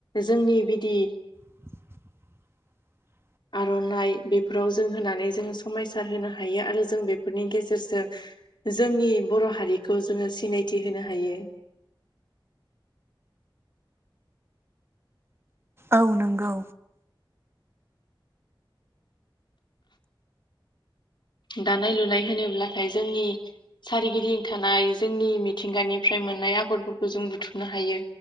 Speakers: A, on the left; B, on the right.
A: जोंनि बिदि
B: <inaudible>
A: आर'नाइ बेफोराव जों होनानै जोङो समायसार होनो हायो आरो जों बेफोरनि गेजेरजों जोंनि बर' हारि खौ जोङो सिनायथि होनो हायो।
B: औ नंगौ।
A: दानाय लुनाय होनोब्लाथाय जोंनि सारिगिदिं थानाय जोंनि मिथिंगानिफ्राय मोननाय आगरफोरखौ जों बथुमनो हायो